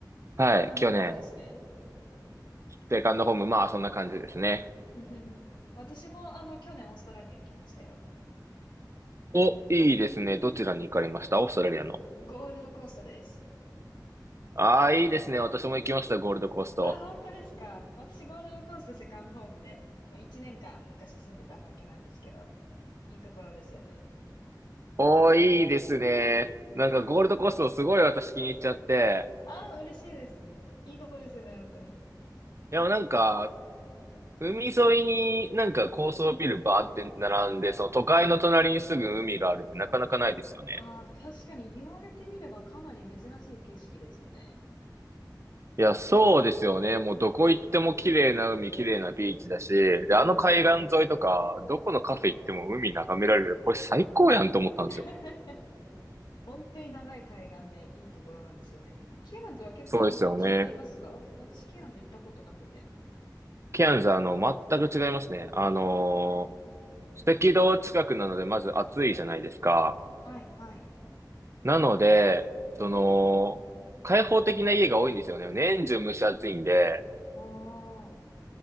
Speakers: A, on the right; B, on the left.
A: はい、
B: セカンドホームですね。
A: 去年、セカンドホーム、まあそんな感じですね。
B: <laughs> 私も、あの、去年オーストラリア行きましたよ。
A: お、いいですね。どちらに行かれましたオーストラリアの。
B: ゴールドコーストです。
A: ああ、いいですね。私も行きました、ゴールドコースト。
B: あ、本当ですか私、ゴールドコーストセカンドホームで、まあ、1年間昔住んでただけなんですけど、いいところですよね。
A: おー、いいですね。なんかゴールドコーストすごい私気に入っちゃって。
B: あ、嬉しいです。いいとこですよね、本当に。
A: いや、なんか、海沿いになんか高層ビルバーって並んで、その都会の隣にすぐ海があるってなかなかないですよね。
B: ああ、確かに言われてみればかなり珍しい景色ですよね。
A: いや、そうですよね。もうどこ行っても綺麗な海、綺麗なビーチだし、
B: うんうんうん。
A: で、あの海岸沿いとか、どこのカフェ行っても海眺められる。これ最高やんと思ったんですよ。
B: <laughs> 本当に長い海岸でいいところなんですよね。ケアンズは結構印象違いますか私ケアンズ行ったことなくて。
A: そうですよね。ケアンズ、あの、全く違いますね。あの
B: えー、
A: ー、赤道近くなので、まず暑いじゃないですか。
B: はい、はい。
A: なので、その、開放的な家が多いんですよね。年中蒸し暑いんで、
B: あ